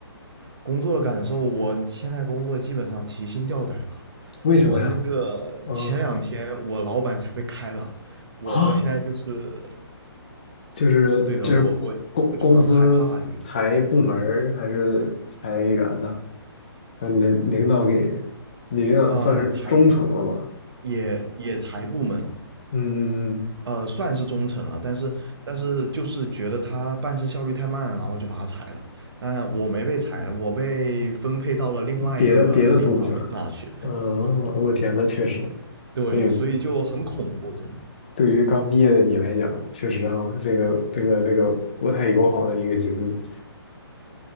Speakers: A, on the right; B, on the left.
A: 工作的感受，我现在工作基本上提心吊胆了。
B: 为什么呀？
A: 我那个前两天我老板才被开了，
B: 啊、
A: 我我现在就是
B: 啊，就是就是公公司裁部门儿还是裁员呢？
A: 对的，我我我就很害怕，就有点。
B: 让你的领导给，你领导算是中层了吧？
A: 呃，裁员，也也裁部门，
B: 嗯嗯
A: 呃，算是中层了，但是但是就是觉得他办事效率太慢了，然后就把他裁了。但我没被裁，我被分配到了另外一个领导里那去。
B: 嗯，别的别的组去了。嗯，我天呐，确实，
A: <laughs> 对，
B: 哎呦，
A: 所以就很恐怖现在。
B: 对于刚毕业的你来讲，确实哈、这个这个这个不太友好的一个经历。